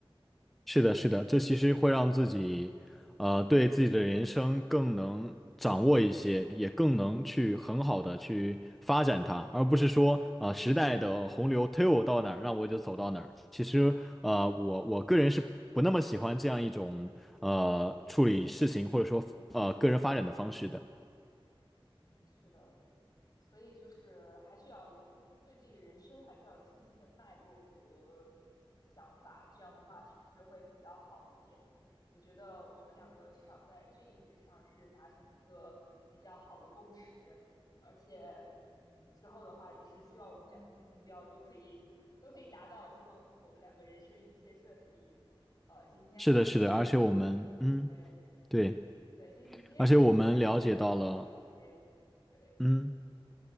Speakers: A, in the centre; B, on the left.
A: 是的，是的，这其实会让自己，呃，对自己的人生更能掌握一些，也更能去很好的去发展它，而不是说，啊、呃，时代的洪流推我到哪儿，让我就走到哪儿。其实，呃，我我个人是不那么喜欢这样一种，呃，处理事情或者说，呃，个人发展的方式的。
B: 嗯，嗯是的。所以就是还是要有对自己的人生还是要有清晰的脉络和想法，这样的话是不是会比较好一点？我觉得我们两个至少在这一点上是达成一个比较好的共识，而且，嗯，之后的话也是希望我们两个的目标都可以都可以达到，希望我们两个人生一切顺利。呃，今天还是很开心，
A: 是的，是的，而且我们，嗯，
B: 对
A: 对，
B: 对，今天今天还是很开心能跟你聊这些，
A: 而且我们了解到了，
B: 对。
A: 嗯，